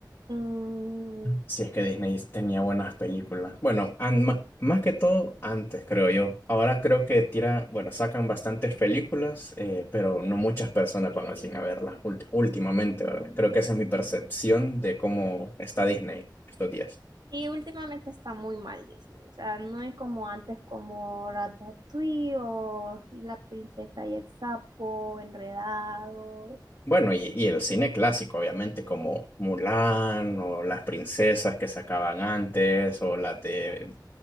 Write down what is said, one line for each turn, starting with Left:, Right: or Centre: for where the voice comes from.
Right: Mm,
Left: Si es que Disney tenía buenas películas. Bueno, an- ma- más que todo antes, creo yo. Ahora creo que tira, bueno, sacan bastantes películas, eh, pero no muchas personas van al cine a verlas ult- últimamente, ¿verdad? Creo que esa es mi percepción de cómo está Disney estos días.
Right: y últimamente está muy mal Disney, o sea, no es como antes como Ratatouille o La princesa y el sapo, Enredados.
Left: Bueno, y, y el cine clásico, obviamente, como Mulan o las princesas que sacaban antes o las de,